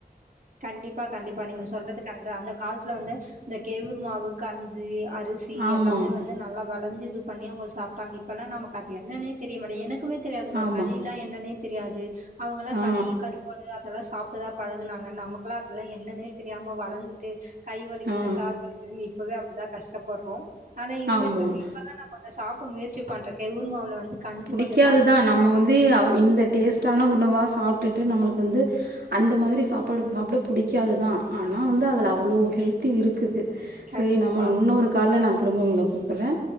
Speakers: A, on the right; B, on the right.
A: கண்டிப்பா கண்டிப்பா நீங்க சொல்றது கரேட்டு தான் அந்த காலத்துல வந்து இந்த கேவுர் மாவு கஞ்சு அரிசி
B: ஆமாம்
A: எல்லாமே வந் ந்து நல்லா வெளஞ்சு இது பண்ணி அவுங்க சாப்ட்டாங்க இப்பலா நமக்கு அது என்னனே தெரிய மாட்டிக்து என க்குமே தெரியாதுங்க
B: ஆமாம்
A: களிலா என்னனே தெரியாது அவுங்கலா
B: ஆ
A: களி கருப் வோடு அதெலா சாப்ட்டுதா பழகுனாங்க நமக்குலா அதெலா என்னனே தெரியாம வளந்துட்டு கை வலிக்குது
B: ஆ
A: கால் வலிக்குதுன் இப்பவே அப்டிதா கஷ்டபர்றோ ஆனா இன்மே
B: ஆமாம்
A: <unintelligible> இப்பலா நா கொஞ்ச சாப்ட முயற்சி பண்றே கெவுர் மாவ்ல வந்து கஞ்சி
B: புடிக்காதுதா
A: கொஞ்சம் காய்ச்சி குடிக்கிறேன்.
B: நம்ம வந்து அவ் இந்த டேஸ்ட்டான உணவா சாப்டுட்டு நம்மளுக்கு வந்து அந்த மாதிரி சாப்பாடு சாப்ட புடிக்காதுதா ஆனா வந்து அதுல அவ்ளோ ஹெல்தி இருக் க்குது
A: கண்டிப்பா.
B: சரி நம்ம இன்னொரு கால்ல நா திரும்ப உங்கள கூப்புறே